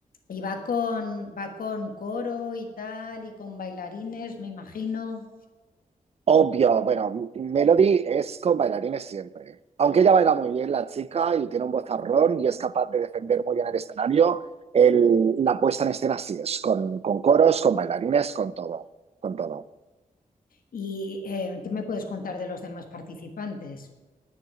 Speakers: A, on the left; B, on the right.
A: Y va con, va con coro y tal, y con bailarines, me imagino.
B: Obvio, bueno, Melody es con bailarines siempre. Aunque ella baila muy bien, la chica, y tiene un vozarrón y es capaz de defender muy bien el escenario, el- la puesta en escena sí es, con, con coros, con bailarines, con todo, con todo.
A: ¿Y eh, qué me puedes contar de los demás participantes?